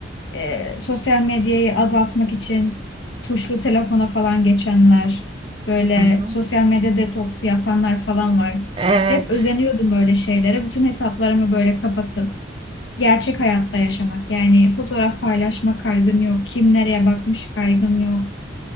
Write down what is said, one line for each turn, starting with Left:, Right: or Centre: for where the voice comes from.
Left: e, sosyal medyayı azaltmak için tuşlu telefona falan geçenler, böyle
Right: Hı hı.
Left: sosyal medya detoksu yapanlar falan var.
Right: Evet.
Left: Hep özeniyordum böyle şeylere. Bütün hesaplarımı böyle kapatıp gerçek hayatta yaşamak. Yani fotoğraf paylaşma kaygın yok. Kim nereye bakmış kaygın yok.